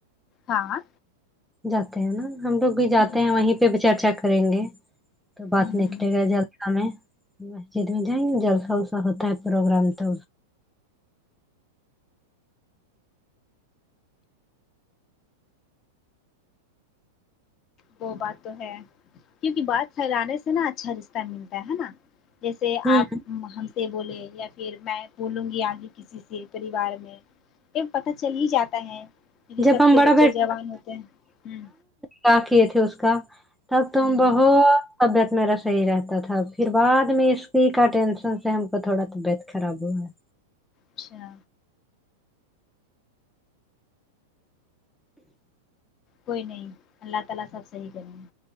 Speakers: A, on the left; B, in the centre.
A: ہاں
B: جاتے ہیں نا ہم لوگ بھی جاتے
A: ہ ہ
B: ہیں وہیں پہ بھی چرچا کریں گے تو بات
A: ہ
B: نکلے گا جلسہ میں مسجد میں جائیں گے جلسہ ولسہ ہوتا ہے پروگرام تو
A: وہ بات تو ہے کیونکی بات پھیلانے سے نا اچھا رشتہ ملتا ہے نا جیسے
B: ہوں
A: آپ ہم سے بولے یا پھر میں بولوں گی آگے کسی سے پریوار میں پتا چل ہی جاتا ہے کیوکی سب
B: جب ہم
A: کے
B: بڑا
A: بچے جوان ہوتے ہیں
B: کیا کیے تھے اس کا تب تم
A: ہوں
B: بہت طبیعت میرا صحیح رہتا تھا پھر بعد میں اسی کا ٹینشن سے ہم کو تھوڑا طبیعت خراب ہوا ہے
A: اچھا کوئی نہیں اللہ تعالی سب صحیح کریں گے